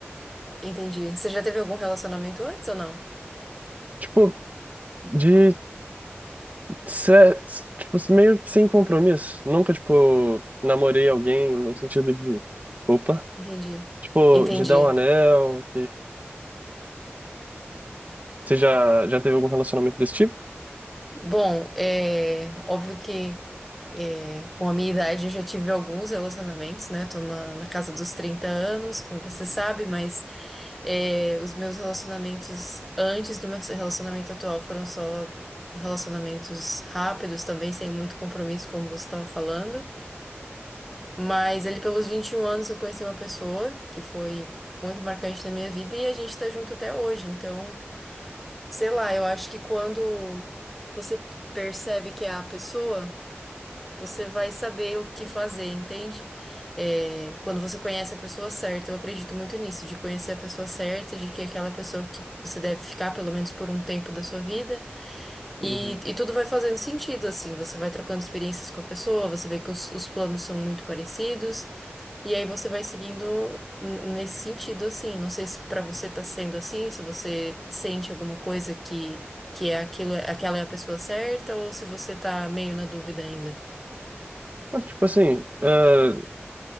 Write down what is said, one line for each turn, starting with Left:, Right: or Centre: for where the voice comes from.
Centre: entendi. Você já teve algum relacionamento antes ou não?
Right: Tipo, de ser, tipo, meio que sem compromisso. Nunca, tipo, namorei alguém no sentido de. Opa.
Centre: Entendi.
Right: Tipo,
Centre: Entendi.
Right: de dar um anel, Você já, já teve algum relacionamento desse tipo?
Centre: Bom, é óbvio que é, com a minha idade eu já tive alguns relacionamentos, né? Tô na, na casa dos 30 anos, como você sabe, mas é, os meus relacionamentos antes do meu relacionamento atual foram só relacionamentos rápidos também, sem muito compromisso, como você estava falando. Mas ali pelos 21 anos eu conheci uma pessoa que foi muito marcante na minha vida e a gente tá junto até hoje. Então, sei lá, eu acho que quando você percebe que é a pessoa, você vai saber o que fazer, entende? É, quando você conhece a pessoa certa, eu acredito muito nisso, de conhecer a pessoa certa, de que é aquela pessoa que você deve ficar pelo menos por um tempo da sua vida, e,
Right: Uhum.
Centre: e tudo vai fazendo sentido, assim, você vai trocando experiências com a pessoa, você vê que os os planos são muito parecidos. E aí você vai seguindo n- nesse sentido, assim. Não sei se pra você tá sendo assim, se você sente alguma coisa que, que é aquilo, aquela é a pessoa certa, ou se você tá meio na dúvida ainda.
Right: Mas, tipo assim, é,